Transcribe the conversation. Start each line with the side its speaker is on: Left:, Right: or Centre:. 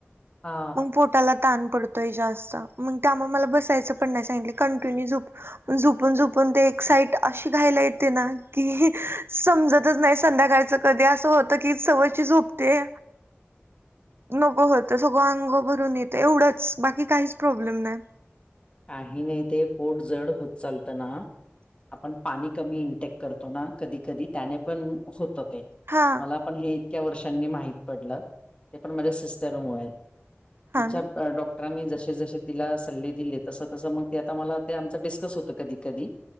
Left: हा
Right: मग पोटाला -- ताण पडतोय जास्त, मग त्यामुळ मला बसायचं पण नाही सांगितलं. कंटिन्यू झोप झोपून झोपून ते एक साइट अशी घाईला येते ना की समजतच नाही स संध्याकाळच कधी अस होत की सवची झोपते नको होत. सगळं अंग भरून येतं, एवढंच बाकी काहीच प्रॉब्लेम नाही.
Left: काही नाही ते पोट जड होत चालतं ना आपण पाणी कमी इंटेक करतो ना कधी कधी त्याने पण होत ते.
Right: हा
Left: मला पण हे इतक्या वर्षांनी माहीत पडलं ते पण माझ्या सिस्टरमुळे.
Right: हा
Left: तिच्या
Right: ना
Left: डॉक्टरांनी जसे जसे तिला सल्ले दिलेत -- तस तसं मग ते आता मला ते आमच डिस्कस होतं कधी कधी